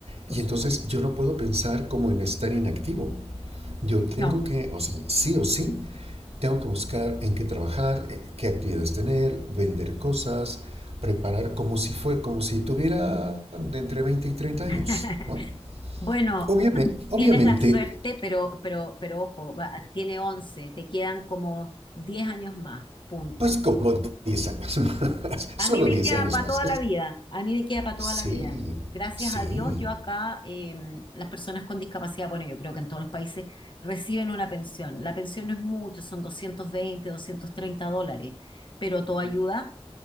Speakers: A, on the left (about 50°); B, on the right (about 75°).
A: Por
B: Y
A: supuesto.
B: entonces yo no puedo pensar como en estar inactivo. Yo tengo
A: No.
B: que, o sea, sí o sí, tengo que buscar en qué trabajar, eh, qué actividades tener, vender cosas, preparar como si fue, como si tuviera de entre 20 y 30 años,
A: <laughs>
B: ¿no?
A: Bueno,
B: Obviamente, obviamente
A: tienes la suerte, pero, pero, pero ojo, va- tiene 11, te quedan como 10 años más, punto.
B: pues como 10 años más, <laughs> solo
A: A mí me
B: 10
A: queda
B: años
A: para
B: más.
A: toda
B: Es-
A: la vida, a mí me queda para toda
B: sí,
A: la vida. Gracias
B: sí,
A: a Dios, yo acá, eh, las personas con discapacidad, bueno, yo creo que en todos los países reciben una pensión. La pensión no es mucho, son doscientos veinte, doscientos treinta dólares, pero todo ayuda